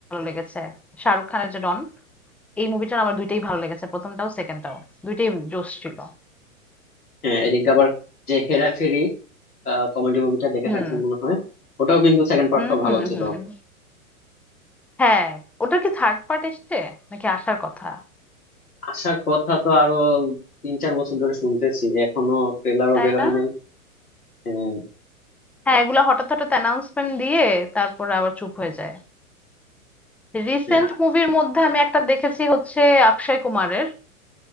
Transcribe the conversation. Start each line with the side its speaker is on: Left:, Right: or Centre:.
Centre: লেগেছে শাহরুখ খানের যে ডন এই মুভিটার আমার দুইটাই ভালো লেগেছে প্রথমটাও সেকেন্ডটাও দুইটাই জোশ ছিল
Left: হ্যাঁ এদিকে আবার যে হেরাফেরি কমেডি মুভিটা দেখে
Centre: হুম
Left: থাকছেন মনে হয় ওটাও কিন্তু সেকেন্ড পার্টটা
Centre: হুম
Left: ভালো
Centre: হুম
Left: ছিল
Centre: হুম হ্যাঁ ওটা কি থার্ড পার্ট এসছে নাকি আসার কথা
Left: আসার কথা তো আরো তিন চার বছর ধরে শুনতেছি এখনো ট্রেলারও
Centre: তাই
Left: বের হয়
Centre: না
Left: নাই হ্যাঁ
Centre: হ্যাঁ এগুলা হঠাৎ হঠাৎ অ্যানাউন্সমেন্ট দিয়ে তারপর আবার চুপ হয়ে যায় রিসেন্ট
Left: হ্যাঁ,
Centre: মুভির মধ্যে আমি একটা দেখেছি হচ্ছে অক্ষয় কুমারের